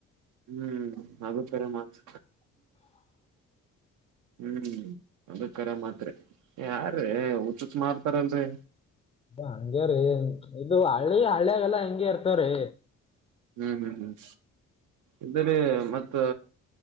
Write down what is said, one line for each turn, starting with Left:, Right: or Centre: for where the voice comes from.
Right: ಹ್ಮ್ ಹಾಗಗುತ್ತಾರೆಸ ಹ್ಮ್ ಅದ ಕರ ಮಾತ್ರಿ ಯಾರ ಉಚುತ್ ಮಾಡ್ತಾರಲ್ರಿ
Left: ಹಂಗ್ಯ ರೀ ಇದು ಹಳ್ಳಿ ಹಳಿಯಾಗಲ್ಲಾ ಹೆಂಗಗೆ ಇರ್ತವ್ರೀ
Right: ಹ್ಮ್ ಹ್ಮ್ ಹ್ಮ್ ಇದಾರೆ ಮತ್ತ